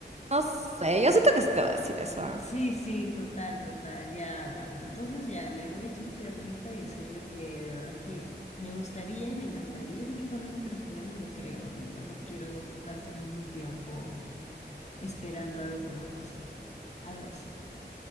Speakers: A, on the right; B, on the left.
A: no sé, yo siento que sí te va a decir eso. ¿ah?
B: Sí, sí, total, total, ya, bueno, entonces ya le voy a echar tierrita y decirle que de verdad es que me gustaría y me encantaría salir con él, pero es que ya no le creo y ya no quiero gastar más mi tiempo esperando algo que no va a pasar, algo así.